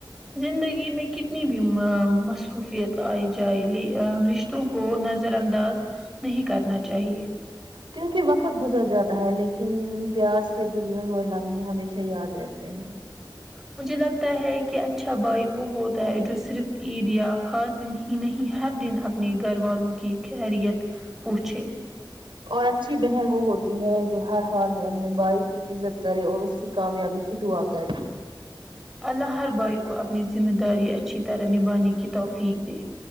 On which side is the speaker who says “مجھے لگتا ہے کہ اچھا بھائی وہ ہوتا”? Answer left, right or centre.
Centre